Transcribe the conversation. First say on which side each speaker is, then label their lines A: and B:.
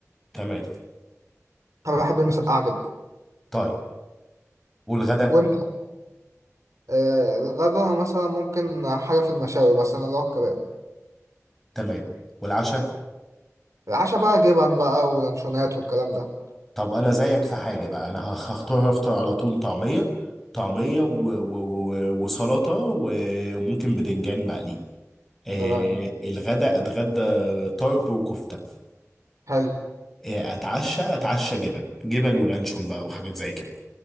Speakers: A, in the centre; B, on the right.
A: تمام
B: انا بحب المسقعه جدا
A: طيب والغدا
B: وانت آه الغدا مثلا ممكن حاجه في المشاوي مثلا اللي هو الكباب
A: تمام والعشاء
B: العشاء بقى جبن بقى ولانشونات والكلام ده
A: طب انا زيك في حاجه بقى انا هخ- هختار هفطر على طول طعميه طعميه و... و... و... وسلطه و- وممكن بدنجان مقلي آه
B: تمام
A: الغدا اتغدى طرب وكفته
B: حلو
A: آه اتعشى اتعشى جبن جبن ولانشون بقى وحاجات زي كده